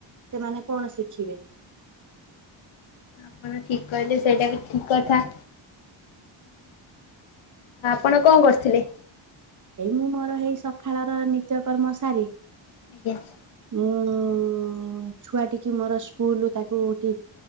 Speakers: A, on the right (about 40°); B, on the left (about 80°).
A: ସେମାନେ କଣ ଶିଖିବେ।
B: ଆପଣ ଠିକ କହିଲେ ସେଇଟା ବି ଠିକ କଥା। ଆପଣ କଣ କରିଥିଲେ?
A: ଏଇ ମୁଁ ମୋର ଏଇ ସକାଳର ନିତ୍ୟକର୍ମ ସାରି।
B: ଆଜ୍ଞା।
A: ମୁଁ ଉଁ ଛୁଆ ଟିକି ମୋର ସ୍କୁଲ ତାକୁ ଉଠି